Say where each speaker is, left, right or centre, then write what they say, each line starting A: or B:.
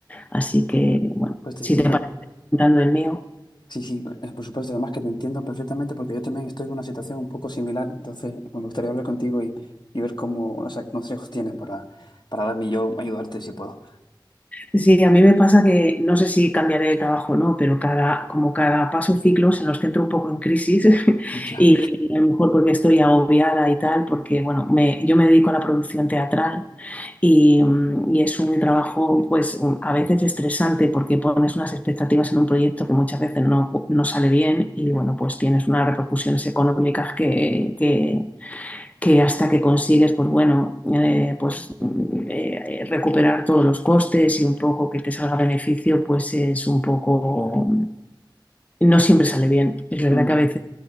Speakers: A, on the left; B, on the left.
A: Así que, bueno,
B: Pues te
A: si
B: entiendo,
A: te parece, comentando del mío.
B: sí, sí, eh, por supuesto, además que te entiendo perfectamente porque yo también estoy en una situación un poco similar, entonces pues, me gustaría hablar contigo y, y ver cómo, o sea, qué consejos tienes para, para darme y yo, ayudarte si puedo.
A: Sí, a mí me pasa que no sé si cambiaré de trabajo o no, pero cada, como cada paso ciclos en los que entro un poco en crisis <laughs>
B: Ya.
A: y a lo mejor porque estoy agobiada y tal, porque bueno, me, yo me dedico a la producción teatral y, mm, y es un trabajo pues mm, a veces estresante porque pones unas expectativas en un proyecto que muchas veces no, no sale bien y bueno, pues tienes unas repercusiones económicas que, que que hasta que consigues, pues bueno, eh, pues eh, recuperar todos los costes y un poco que te salga beneficio, pues es un poco, no siempre sale bien. Es verdad
B: Mm.
A: que a veces